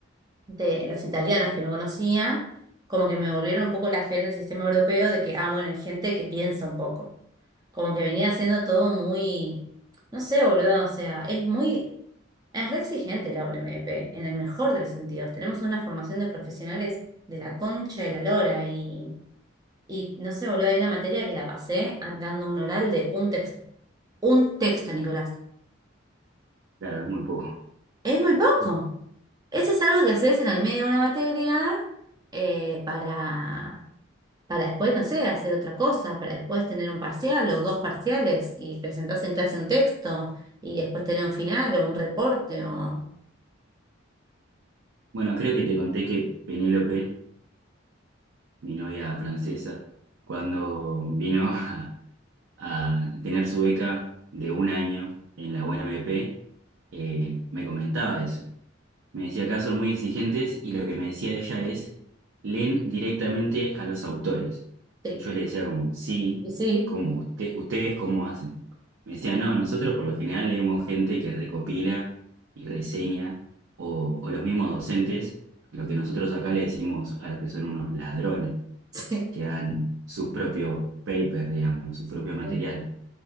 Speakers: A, on the right (about 20°); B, on the right (about 75°).
A: de los italianos que no conocía, como que me volvieron un poco la fe en el sistema europeo de que, ah, bueno, hay gente que piensa un poco, como que venía siendo todo muy, no sé, boludo, o sea, es muy... Es re exigente la UNMP, en el mejor de los sentidos. Tenemos una formación de profesionales de la concha de la lora y, y no sé, boludo, hay una materia que la pasé a- dando un oral de un texto. Un texto, Nicolás.
B: Claro, es muy poco.
A: Es muy poco. Eso es algo que haces en el medio de una materia eh, para, para después, no sé, hacer otra cosa, para después tener un parcial o dos parciales y presentarse en clase un texto y después tener un final o un reporte o...
B: Bueno, creo que te conté que Penélope, mi novia francesa, cuando vino a, a tener su beca de un año en la UNMP, eh, me comentaba eso, Me decía acá son muy exigentes y lo que me decía ella es, leen directamente a los autores.
A: Sí,
B: Y yo le decía como, sí,
A: y sí,
B: como usted, ustedes cómo hacen. Me decía, no, nosotros por lo general leemos gente que recopila y reseña, o, o los mismos docentes, lo que nosotros acá le decimos a los que son unos ladrones,
A: <laughs>
B: que dan sus propios papers, digamos, sus propios materiales.
A: sí.